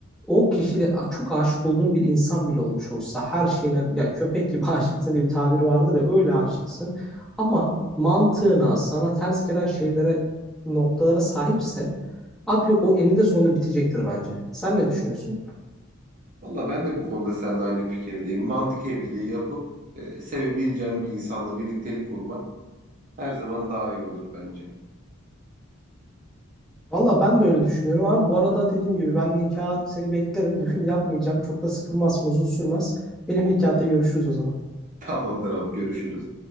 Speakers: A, in the centre; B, on the right.
A: o kişide çok aşık olduğun bir insan bile olmuş olsa her şeyine yani köpek gibi <laughs> aşıksın diye bir tabir vardır ya öyle aşıksın. Ama mantığına sana ters gelen şeylere noktalara sahipse abi yok o eninde sonunda bitecektir bence. Sen ne düşünüyorsun?
B: Valla ben de bu konuda seninle aynı fikirdeyim. Mantık evliliği yapıp e, sevebileceğim bir insanla birliktelik kurmak her zaman daha iyi olur bence.
A: Valla ben de öyle düşünüyorum abi. Bu arada dediğim gibi ben nikah seni beklerim. <laughs> Düğün yapmayacağım. Çok da sıkılmaz, uzun sürmez. Benim nikahta görüşürüz o zaman.
B: <laughs> Tamamdır abi görüşürüz.